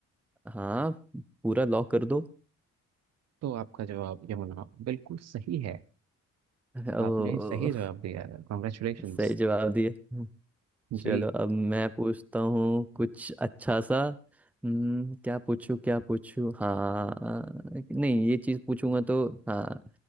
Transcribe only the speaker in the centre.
हाँ पूरा लॉक कर दो
ओ,
सही जवाब दिए चलो
अब मैं पूछता हूँ कुछ अच्छा सा हम्म क्या पूछूं क्या पूछूं हाँ नहीं ये चीज पूछूंगा तो हाँ